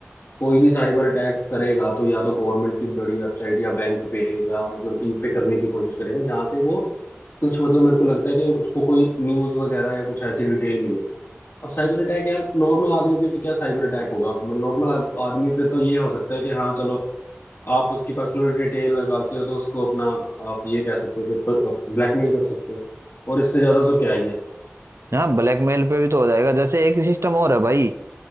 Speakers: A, on the left; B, on the right.
A: कोई भी साइबर अटैक्स करेगा तो या तो गवर्नमेंट की बड़ी वेबसाइट या बैंक पे या मतलब इन पे करने की कोशिश करेगा जहां से वो कुछ मतलब मेरे को लगता है कि उसको कोई न्यूज वगैरह या कुछ ऐसी डिटेल मिले अब साइबर अटैक यार नॉर्मल आदमी पे क्या साइबर अटैक होगा नॉर्मल आदमी पे तो ये हो सकता है कि हाँ चलो आप उसकी पर्सनल डिटेल लगाते हो तो उसको अपना आप ये कह सकते हो कि ब्लैकमेल कर सकते हो और इससे ज्यादा तो क्या ही है
B: हाँ ब्लैकमेल पे भी तो हो जाएगा जैसे एक सिस्टम और है भाई